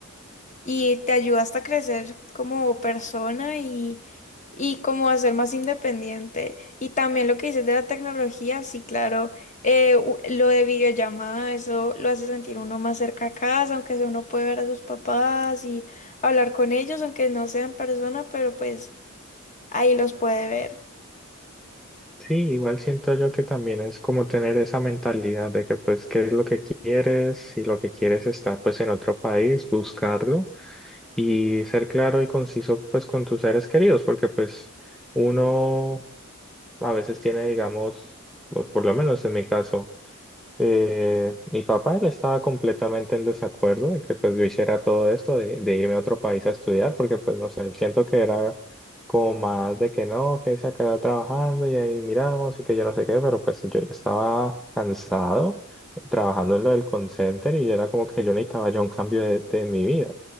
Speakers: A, on the left (about 35°); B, in the centre.
A: y te ayuda hasta a crecer como persona y, y como a ser más independiente. Y también lo que dices de la tecnología, sí, claro, eh, u- lo de videollamada, eso lo hace sentir uno más cerca a casa, aunque sea uno puede ver a sus papás y hablar con ellos, aunque no sea en persona, pero pues ahí los puede ver.
B: Sí, igual siento yo que también es como tener esa mentalidad de que pues qué es lo que quieres, si lo que quieres está pues en otro país, buscarlo y ser claro y conciso pues con tus seres queridos, porque pues uno a veces tiene, digamos, o por lo menos en mi caso. Eh, mi papá él estaba completamente en desacuerdo de que pues yo hiciera todo esto de, de irme a otro país a estudiar porque pues no sé, siento que era como más de que no, que se quedado trabajando y ahí miramos y que yo no sé qué, pero pues yo ya estaba cansado trabajando en lo del call center y era como que yo necesitaba ya un cambio de, de mi vida.